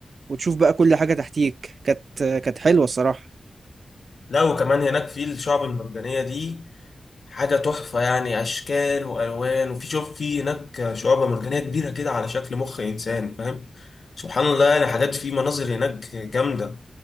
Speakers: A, on the right; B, on the left.
A: وتشوف بقى كل حاجة تحتيك، كانت كانت حلوة الصراحة،
B: لا وكمان هناك في الشعب المرجانية دي حاجة تحفة يعني أشكال وألوان وفي شوف في هناك شعاب مرجانية كبيرة كده على شكل مخ إنسان فاهم سبحان الله يعني حاجات في مناظر هناك جامدة